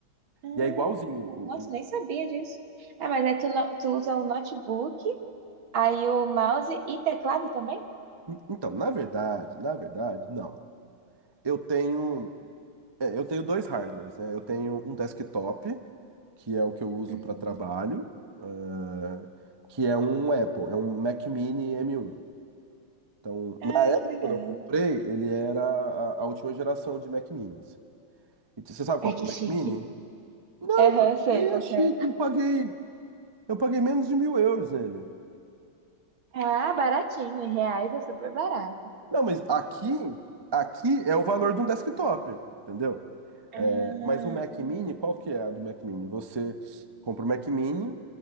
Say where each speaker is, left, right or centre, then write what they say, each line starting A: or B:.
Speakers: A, on the right; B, on the right.
A: Ah,
B: E é igualzinho. O,
A: nossa,
B: o-
A: nem sabia disso. Ah, mas aí tu, no- tu usa o notebook, aí o mouse e teclado também?
B: Então, na verdade, na verdade, não. Eu tenho. É, eu tenho dois hardwares, né? Eu tenho um desktop, que é o que eu uso
A: Uhum.
B: para trabalho, eh, que é um Apple, é um Mac Mini m um. Então,
A: Ah,
B: na época,
A: que legal.
B: quando eu comprei, ele era a, a última geração de Mac Minis. E t- você sabe
A: Ai,
B: qual que
A: que
B: é o
A: chique.
B: Mac Mini? Não,
A: Aham, sei
B: nem
A: qual
B: é chique,
A: que é.
B: eu paguei, eu paguei menos de mil euros nele.
A: Ah, baratinho, em reais é super barato.
B: Não, mas aqui, aqui é o valor de um desktop, entendeu?
A: Ah,
B: É, mas o Mac
A: entendi.
B: Mini, qual que é a do Mac Mini? Você compra o Mac Mini